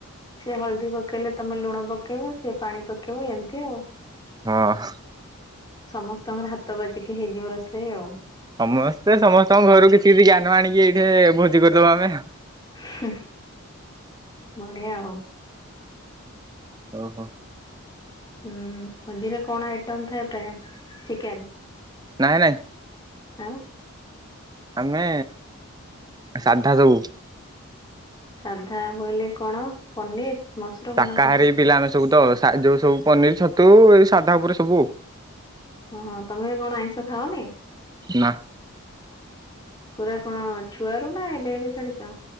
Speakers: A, on the left; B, on the right.
A: ସିଏ ହଳଦୀ ପକାଇଲେ ତୁମେ ଲୁଣ ପକାଇବ ସିଏ ପାଣି ପକାଇବ ଏମିତି ଆଉ।
B: ହଁ।
A: ସମସ୍ତଙ୍କର ହାତ ବାଜିକି ହେଇଯିବ ରୋଷେଇ ଆଉ।
B: ସମସ୍ତେ ସମସ୍ତଙ୍କ ଘରୁ କିଛି କିଛି ଜ୍ଞାନ ଆଣିକି ଏଇଠି ଭୋଜି କରିଦବୁ ଆମେ ଆଉ।
A: ହୁଁ। ବଢିଆ ଆଉ।
B: ଓହ।
A: ହୁଁ ଭୋଜିରେ କଣ ଆଇଟମ ଥାଏ ପ୍ରାୟ। ଚିକେନ?
B: ନାଇଁ ନାଇଁ।
A: ଆଉ?
B: ଆମେ ସାଧା ସବୁ।
A: ସାଧା ବୋଇଲେ କଣ ପନିର? ମସରୁମ
B: ଶାକାହାରି
A: ନା କଣ?
B: ପିଲା ଆମେ ସବୁ ତ ସା ଯୋଉ ସବୁ ପନିର ଛତୁ ଏଇ ସାଧା ଉପରେ ସବୁଉ।
A: ଓହୋ ତମେ କଣ ଆଇଁଷ ଖାଅନି?
B: ନା
A: ପୁରା କଣ ଛୁଆରୁ ନା ଏବେ ଏବେ ଛାଡିଛ?